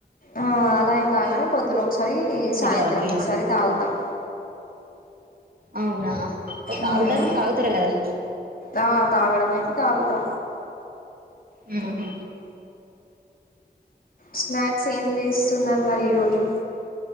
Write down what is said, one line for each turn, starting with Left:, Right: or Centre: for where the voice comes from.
Left: ఆ అలా ఏం తాగానే పొద్దున్న ఒకసారి
Right: సెగలకి
Left: సాయంత్రం ఒకసారి తాగుతాం
Right: అవునా అంటే తాగుత
Left: మ్మ్
Right: తాగుతారు కదా
Left: ఆ తాగడం అయితే తాగుతా
Right: హుమ్
Left: స్నాక్స్ ఏం చేస్తున్నారు మరి ఈరోజు